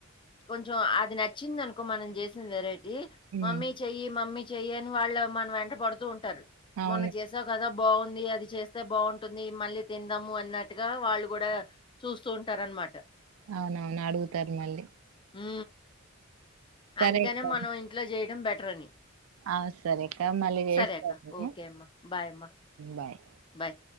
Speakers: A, on the left; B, on the right.
A: కొంచెం అది నచ్చింది అనుకో మనం చేసిన వె <unintelligible>
B: ఉమ్
A: మమ్మీ చెయ్యి మమ్మీ చెయ్యి అని వాళ్ళు మన వెంట పడుతూ ఉంటారు
B: అవును
A: మొన చేసావు కదా బాగుంది అది చేస్తే బాగుంటుంది మళ్ళీ తిందాము అన్నట్టుగా వ కూడ చూస్తూ ఉంటారనమాట
B: అవునవును అడుగుతారు మళ్ళీ
A: ఉ
B: సరే
A: అందుకనే
B: అక్క
A: మనం ఇంట్లో చేయడం బెటర్ అని
B: ఆ సరేక్క మళ్ళీ చేస్తలే
A: సరే అక్క ఓకే అమ్మా బాయ్ అమ్మా
B: బాయ్
A: బాయ్